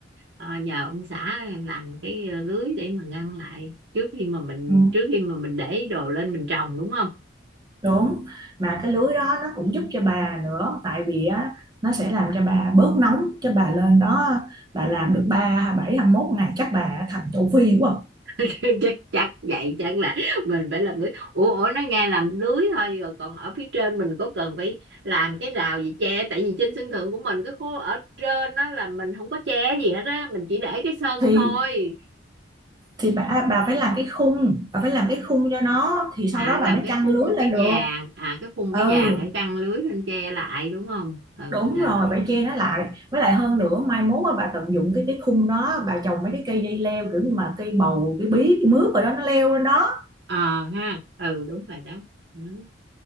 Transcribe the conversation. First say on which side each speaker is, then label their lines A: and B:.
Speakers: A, on the right; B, on the right.
A: ờ, nhờ ông xã em làm cái lưới để mà ngăn lại trước khi mà mình
B: ừ.
A: trước khi mà mình để đồ lên mình trồng đúng không
B: Đúng, mà cái lưới đó nó cũng giúp cho bà nữa tại vì á nó sẽ làm cho bà bớt nóng cho bà lên đó bà làm được 3 27 mốt ngày chắc bà thành châu Phi quá.
A: <laughs> chắc chắc vậy chắc là mình phải làm lưới ủa ủa nó nghe làm lưới thôi rồi còn ở phía trên mình có cần phải làm cái rào gì che tại vì trên sân thượng của mình cái khu ở trên đó là mình không có che gì hết á mình chỉ để cái sân
B: Thì
A: thôi
B: thì bà bà phải làm cái khung, bà phải làm cái khung cho nó thì
A: à
B: sau đó
A: làm
B: bà mới
A: cái
B: chăng
A: khung
B: lưới lên
A: cái
B: được.
A: vàng à cái khung
B: Ừ,
A: cái vàng để căng lưới lên che lại đúng không ừ
B: đúng
A: rồi
B: rồi, phải che nó lại. Với lại hơn nữa mai mốt á, bà tận dụng cái cái khung đó, bà trồng mấy cái cây dây leo kiểu như mà cây bầu, cây bí, cây mướp rồi đó nó leo lên đó.
A: ờ ha ừ đúng rồi đó Ừ.